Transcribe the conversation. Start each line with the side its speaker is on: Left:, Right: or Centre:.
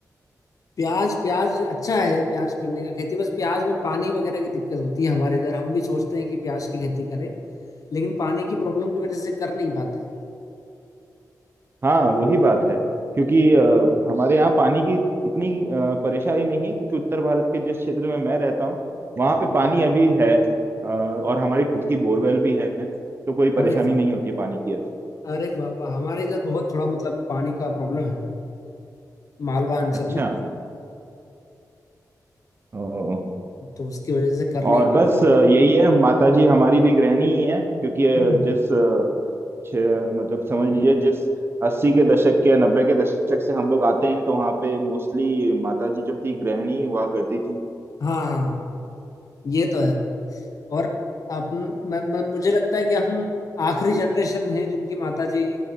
Left: प्याज प्याज अच्छा है प्याज करने का खेती बस प्याज में पानी वगैरह की दिक्कत होती है हमारे इधर हम भी सोचते हैं कि प्याज की खेती करें लेकिन पानी की प्रॉब्लम की वजह से कर नहीं पाते हैं
Right: हाँ वही बात है क्योंकि अ, हमारे यहाँ पानी की इतनी अ, परेशानी नहीं है क्योंकि उत्तर भारत के जिस क्षेत्र में मैं रहता हूँ वहाँ पे पानी अभी है अ, और हमारी खुद की बोरवेल भी है तो कोई परेशानी
Left: अरे वाह
Right: नहीं होती है पानी की ऐसे
Left: अरे वाह वाह हमारे इधर बहुत थोड़ा मतलब पानी का प्रॉब्लम है मालवा अंचल
Right: अच्छा
Left: में
Right: ओ,
Left: तो उसकी वजह से कर नहीं
Right: और बस
Left: पाते
Right: अ, यही है माता जी हमारी भी गृहिणी ही है क्योंकि अ,
Left: हम्म।
Right: जिस अ, छे- मतलब समझ लीजिए जिस अस्सी के दशक के या नब्बे के दशक से हम लोग आते हैं तो वहाँ पे मोस्टली माता जी जो थी गृहिणी हुआ करती थी
Left: हाँ हाँ हाँ हाँ, ये तो है और आप म, म, मुझे लगता है कि हम आखिरी जनरेशन है जिनकी माताजी